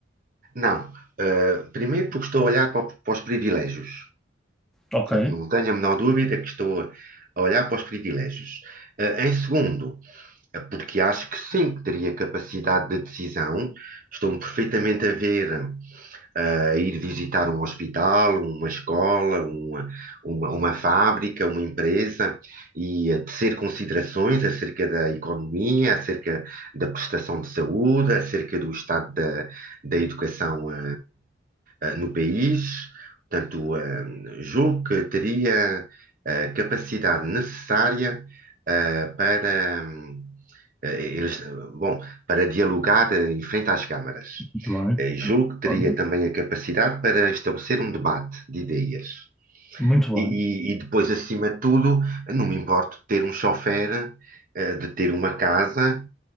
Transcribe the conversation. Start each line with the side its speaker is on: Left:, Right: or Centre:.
Right: Não. Ah, primeiro porque estou a olhar para, o- para os privilégios.
Centre: Ok.
Right: Portanto, não tenho a menor dúvida que estou a, a olhar para os privilégios. Ah, em segundo, ah, porque acho que sim, que teria capacidade de decisão. Estou-me perfeitamente a ver ah, a ir visitar um hospital, uma escola, uma, uma, uma fábrica, uma empresa e a tecer considerações acerca da economia, acerca da prestação de saúde, acerca do estado da, da educação. ah, eh, no país. Portanto, eh, julgo que teria a capacidade necessária eh, para, hum, eh, eles, bom, para dialogar eh, em frente às câmaras.
Centre: Muito bem.
Right: Eh, julgo que
Centre: Olha,
Right: teria também a capacidade para estabelecer um debate de ideias.
Centre: Muito
Right: E,
Centre: bem.
Right: e- e depois, acima de tudo, não me importo de ter um chofer, eh, de ter uma casa,